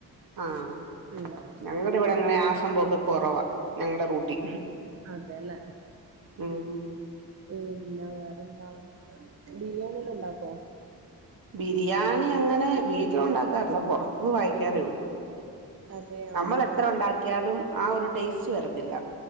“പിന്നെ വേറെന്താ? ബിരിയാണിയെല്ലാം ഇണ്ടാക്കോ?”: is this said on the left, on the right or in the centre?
Right